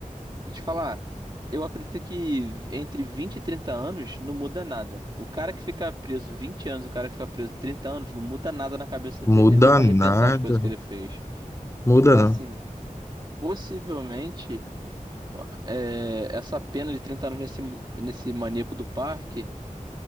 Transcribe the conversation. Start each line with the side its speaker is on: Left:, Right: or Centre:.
Right: Deixa eu te falar, eu acredito que entre 20 e 30 anos não muda nada. O cara que fica preso 20 anos, o cara que fica preso 30 anos, não muda nada na cabeça dele.
Left: Muda
Right: Ele não vai
Left: nada.
Right: repensar as coisas que ele fez.
Left: Muda
Right: Então,
Left: não.
Right: assim, possivelmente, é, essa pena de 30 anos nesse, nesse maníaco do parque